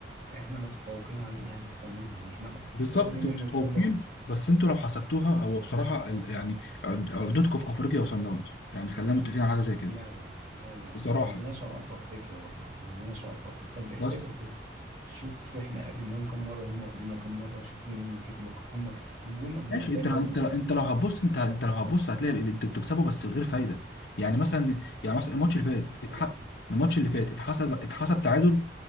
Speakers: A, on the right (about 45°); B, on the left (about 80°).
A: احنا متفوقين عليه يعني احسن منهم احنا
B: بالظبط
A: واخدين
B: انتوا
A: منه
B: متفوقين
A: بطولة
B: بس انتوا لو حسبتوها هو بصراحه ال- يعني عد- عقدتكم في افريقيا وصن داونز يعني خلينا متفقين على حاجه زي كده
A: لا لا لا لا لا
B: بصراحه
A: ما عندناش
B: بقى
A: عقد في افريقيا والله ما عندناش عقد في افريقيا طب احسبها
B: بس
A: كده شوف احنا قابلناهم كم مرة وهم قابلونا كم مرة شوف مين كسب هم كسبونا بنتائج
B: ماشي انت انت
A: اكبر
B: انت لو هتبص انت انت لو هتبص هتلاقي انتوا بتكسبوا بس بغير فايده يعني مثلا يعني مثلا الماتش اللي فات
A: السلام
B: اتح- الماتش اللي فات اتحسب اتحسب تعادل